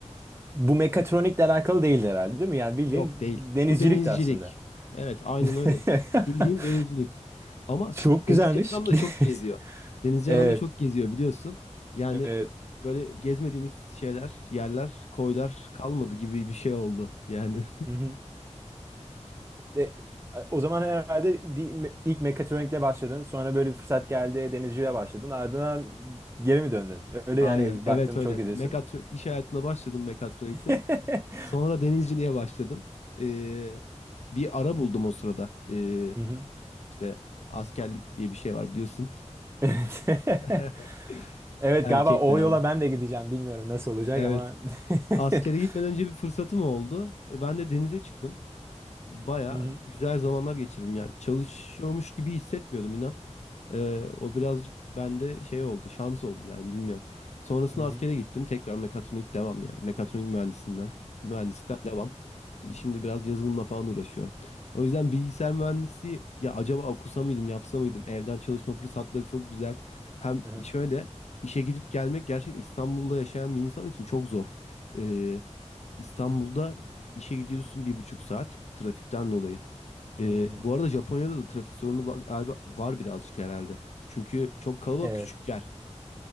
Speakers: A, on the right; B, on the left.
A: bu mekatronikle alakalı değildi herhalde değil mi? Yani bildiğin
B: Yok değil.
A: denizcilik
B: Bu denizcilik.
A: de aslında.
B: Evet, aynen
A: <laughs>
B: öyle. Bildiğin denizcilik. Ama
A: Çok
B: denizci
A: güzelmiş.
B: adam da
A: <laughs>
B: çok geziyor. Denizci
A: Evet.
B: adam da çok geziyor biliyorsun. Yani
A: Evet.
B: böyle gezmediğimiz şeyler, yerler, koylar kalmadı gibi bir şey oldu. Yani
A: Hı hı. Ee, e, o zaman herhalde bir me- ilk mekatronikle başladın. Sonra böyle bir fırsat geldi denizciliğe başladın. Ardından geri mi döndün?
B: <laughs>
A: Öyle
B: aynen
A: yani
B: evet
A: baktın
B: öyle.
A: çok izliyorsun.
B: Mekatron iş hayatına başladım mekatronikte.
A: <laughs>
B: Sonra denizciliğe başladım. Ee, bir ara buldum o sırada. Ee,
A: Hı hı.
B: işte askerlik diye bir şey var biliyorsun.
A: Evet. <laughs>
B: <laughs>
A: Evet
B: Erkeklerde.
A: galiba o yola ben de gideceğim. Bilmiyorum nasıl olacak
B: Evet.
A: ama.
B: Askere
A: <laughs>
B: gitmeden önce bir fırsatım oldu. E, Ben de denize çıktım. Baya
A: Hı hı.
B: güzel zamanlar geçirdim yani. Çalışıyormuş gibi hissetmiyordum inan. E, o birazcık bende şey oldu, şans oldu yani bilmiyorum. Sonrasında
A: Hı hı.
B: askere gittim. Tekrar mekatronik devam yani. Mekatronik mühendisinden, mühendisten devam. Şimdi biraz yazılımla falan uğraşıyorum. O yüzden bilgisayar mühendisliği ya acaba okusa mıydım, yapsa mıydım? Evden çalışma fırsatları çok güzel. Hem
A: Hı hı.
B: şöyle işe gidip gelmek gerçekten İstanbul'da yaşayan bir insan için çok zor. E, İstanbul'da
A: Hmm.
B: işe gidiyorsun bir buçuk saat trafikten dolayı. Ee,
A: Hmm.
B: bu arada Japonya'da da trafik sorunu var, galiba var birazcık herhalde. Çünkü çok kalabalık
A: Evet.
B: küçük yer,